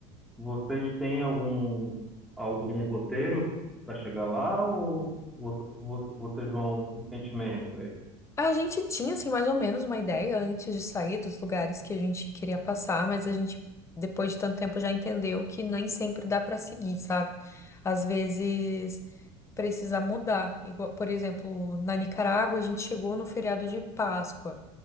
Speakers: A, in the centre; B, on the left.
A: vocês têm algum algum roteiro para chegar lá ou vo- vo- vocês vão com sentimento?
B: A gente tinha, assim, mais ou menos uma ideia antes de sair dos lugares que a gente queria passar, mas a gente, depois de tanto tempo, já entendeu que nem sempre dá pra seguir, sabe? Às vezes precisa mudar. Igual, por exemplo, na Nicarágua, a gente chegou no feriado de Páscoa,